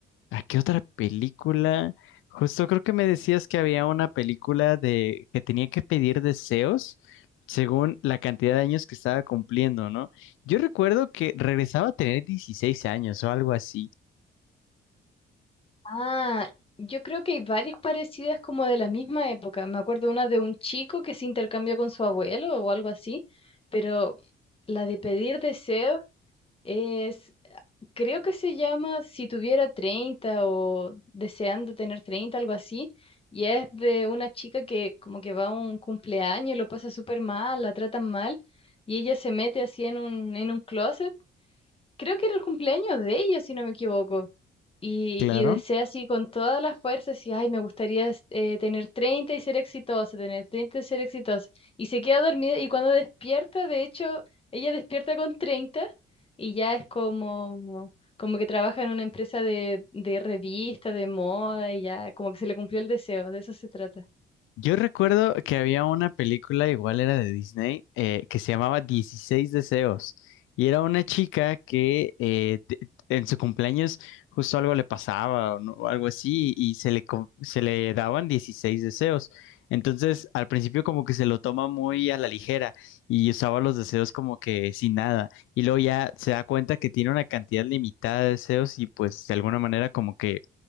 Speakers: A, on the left; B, on the left.
A: ¿A qué otra película? Justo creo que me decías que había una película de que tenía que pedir deseos según la cantidad de años que estaba cumpliendo, ¿no? Yo recuerdo que regresaba a tener 16 años o algo así.
B: Ah, yo creo que hay varias parecidas como de la misma época. Me acuerdo una de un chico que se intercambió con su abuelo o algo así, pero la de pedir deseos es, creo que se llama Si tuviera 30 o deseando tener 30, algo así, y es de una chica que como que va a un cumpleaños y lo pasa súper mal, la tratan mal, y ella se mete así en un, en un closet creo que era el cumpleaños de ella, si no me equivoco. Y,
A: Claro.
B: y desea así con todas las fuerzas, y ay, me gustaría eh, tener 30 y ser exitosa, tener 30 y ser exitosa. Y se queda dormida y cuando despierta, de hecho, ella despierta con 30 y ya es como, como que trabaja en una empresa de, de revista, de moda, y ya como que se le cumplió el deseo, de eso se trata.
A: Yo recuerdo que había una película, igual era de Disney, eh, que se llamaba Dieciséis Deseos. Y era una chica que eh, te- en su cumpleaños justo algo le pasaba o, no- o algo así y se le, co- se le daban dieciséis deseos. Entonces, al principio como que se lo toma muy a la ligera y usaba los deseos como que sin nada. Y luego ya se da cuenta que tiene una cantidad limitada de deseos y pues de alguna manera como que